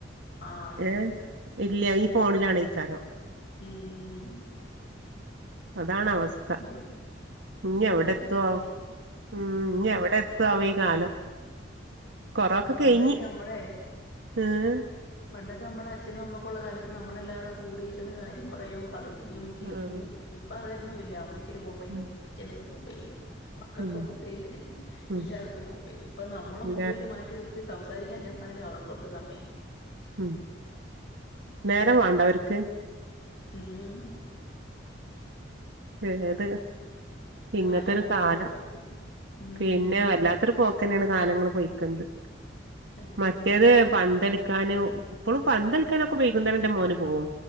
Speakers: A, on the left; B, on the right.
A: ആഹ് ഇല്ല
B: ഏഹ് ഇല്ല ഈ ഫോണിലാണേയ്ക്കാരം
A: ഉം ഉം ഉം
B: അതാണ് അവസ്ഥ
A: ഇവിടെ
B: ഇനി
A: ഇവിടെ
B: എവടെത്തോവം
A: അതൊക്കെ തന്നെ
B: ഉം ഇഞ്ഞ് എവടെത്തോവം ഈ കാലം കൊറോക്കെ
A: പണ്ടൊക്കെ
B: കഴിഞ്ഞ്
A: ഞമ്മളെ
B: ഏഹ്
A: പണ്ടൊക്കെ നമ്മടെ അച്ഛനും അമ്മക്കൊള്ള കാലത്ത് നമ്മളല്ലാവരും കൂടിയിരുന്ന് കാര്യം പറയും കളിക്കും ളിയും ചിരിയും
B: ആഹ്
A: ഇപ്പൊ അതൊന്നും ഇല്ല അമ്മയ്ക്കൊരു മെബൈല്
B: ഉം
A: അച്ഛനൊരു മൊബൈല് മക്കക്ക്
B: ഉം
A: മൊബൈല്
B: ഉം.
A: എല്ലാർക്കും മൊബൈല് ഇപ്പൊ നമ്മള്
B: എല്ലാരും
A: മൊബൈല് മാറ്റ് നിർത്തി സംസാരിക്കാൻ ചെന്നാലും അവർക്കൊട്ട് സമയുംല്ല
B: ഉം നേരം വാണ്ടെ അവർക്ക്
A: ഉം
B: ഏത് ഇങ്ങത്തെരു
A: കാലം പോയൊരു
B: കാലം
A: പോക്ക് ഉം
B: പിന്നെ വല്ലാത്തൊരു പോ ക്കന്നെണ് കാലങ്ങള് പൊയ്ക്ക്ണത്
A: <unintelligible>
B: മറ്റേത് പന്തളിക്കാനും ഇപ്പളും പന്തളിക്കാനൊക്കെ വൈകുന്നോരം ഇന്റെ മോനും പോവും